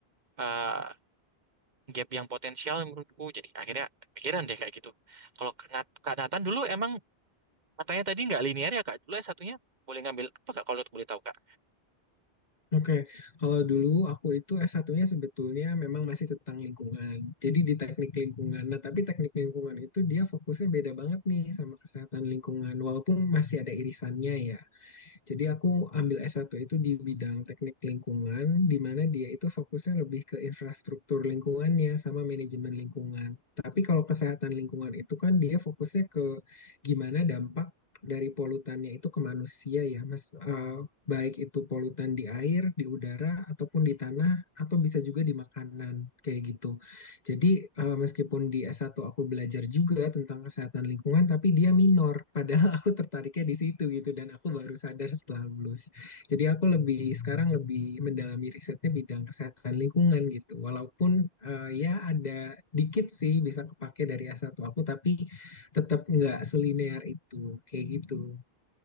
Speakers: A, on the right; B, on the left.
A: eh, gap yang potensial menurutku. Jadi akhirnya pikiran deh kayak gitu. Kalau Kak Nat- Kak Nathan dulu emang katanya tadi nggak linear ya Kak? Dulu s satunya boleh ngambil apa Kak kalau boleh tahu Kak?
B: Oke, kalau dulu aku itu S1-nya sebetulnya memang masih tentang lingkungan, jadi di teknik lingkungan. Nah, tapi teknik lingkungan itu dia fokusnya beda banget nih sama kesehatan lingkungan, walaupun masih ada irisannya ya. Jadi aku ambil S1 itu di bidang teknik lingkungan, di mana dia itu fokusnya lebih ke infrastruktur lingkungannya sama manajemen lingkungan. Tapi kalau kesehatan lingkungan itu kan dia fokusnya ke gimana dampak dari polutannya itu ke manusia ya, Mas. Eh, baik itu polutan di air, di udara, ataupun di tanah, atau bisa juga di makanan, kayak gitu. Jadi eh, meskipun di S1 aku belajar juga tentang kesehatan lingkungan, tapi dia minor. Padahal <laughs> aku tertariknya di situ gitu dan aku baru sadar setelah lulus. Jadi aku lebih sekarang lebih mendalami risetnya bidang kesehatan lingkungan gitu. Walaupun eh, ya ada dikit sih bisa kepake dari S1 aku, tapi tetap nggak selinear itu kayak gitu.